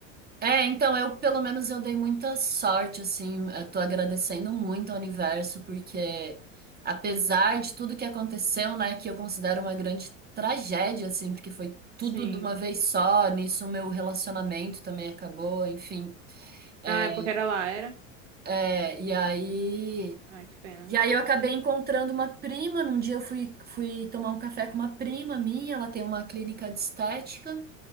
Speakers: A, on the right; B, on the right.
A: É, então eu, pelo menos, eu dei muita sorte, assim, eu tô agradecendo muito ao universo, porque apesar de tudo que aconteceu, né, que eu considero uma grande tragédia, assim, porque foi tudo
B: Sim.
A: de uma vez só, nisso o meu relacionamento também acabou, enfim. É,
B: Ah, é porque era lá, era?
A: é, e aí,
B: Ai, que pena.
A: e aí eu acabei encontrando uma prima, num dia eu fui, fui tomar um café com uma prima minha, ela tem uma clínica de estética,